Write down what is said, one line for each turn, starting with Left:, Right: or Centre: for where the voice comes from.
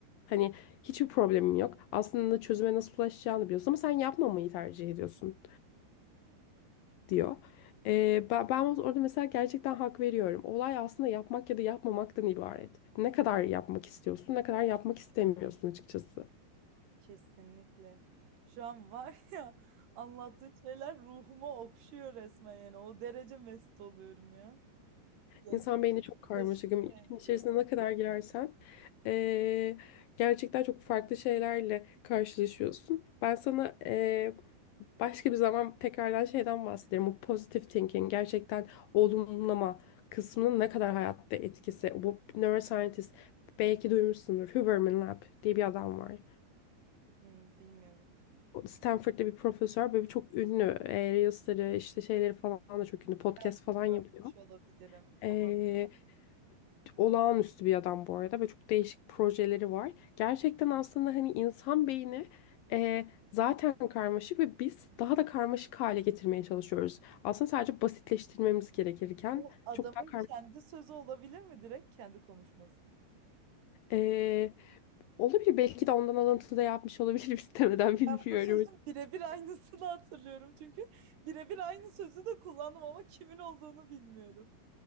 Left: Hani Hiçbir problemim yok. Aslında çözüme nasıl ulaşacağını biliyorsun ama sen yapmamayı tercih ediyorsun diyor. Ee, ben, ben orada mesela gerçekten hak veriyorum. Olay aslında yapmak ya da yapmamaktan ibaret. Ne kadar yapmak istiyorsun, ne kadar yapmak istemiyorsun açıkçası.
Right: Kesinlikle. Şu an var ya anlattığın şeyler ruhuma okşuyor resmen yani. O derece mest oluyorum ya. Ya
Left: İnsan
Right: Gürcü
Left: beyni çok karmaşık.
Right: taşına
Left: ama
Right: benziyor
Left: İşin içerisine
Right: bu.
Left: ne kadar girersen ee, gerçekten çok farklı şeylerle karşılaşıyorsun. Ben sana ee, Başka bir zaman tekrardan şeyden bahsederim. Bu positive thinking gerçekten olumlama kısmının ne kadar hayatta etkisi. Bu neuroscientist belki duymuşsundur. Huberman Lab diye bir adam var.
Right: Hmm, bilmiyorum.
Left: O Stanford'da bir profesör böyle çok ünlü. E, Reels'leri işte şeyleri falan da çok ünlü. Podcast
Right: Belki
Left: falan
Right: görmüş
Left: yapıyor.
Right: olabilirim
Left: Ee,
Right: ama
Left: olağanüstü bir adam bu arada ve çok değişik projeleri var. Gerçekten aslında hani insan beyni e, zaten karmaşık ve biz daha da karmaşık hale getirmeye çalışıyoruz. Aslında sadece basitleştirmemiz gerekirken
Right: bu adamın
Left: çok daha karmaşık.
Right: kendi sözü olabilir mi direkt kendi konuşması?
Left: E, olabilir belki de ondan alıntı da yapmış olabilirim. <laughs> istemeden bilmiyorum.
Right: Ben bu sözün birebir aynısını hatırlıyorum çünkü birebir aynı sözü de kullandım ama kimin olduğunu bilmiyorum.